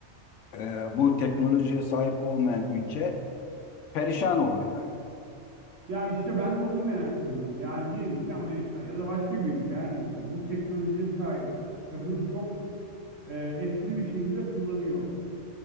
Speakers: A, on the left (about 80°); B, on the right (about 80°).
A: e, bu teknolojiye sahip olmayan ülke perişan olur yani.
B: Ya işte ben de onu merak ediyorum. Yani diyelim ki Amerika ya da başka bir ülke her neyse bu teknolojiye sahip ve bunu çok e, etkili bir şekilde kullanıyor.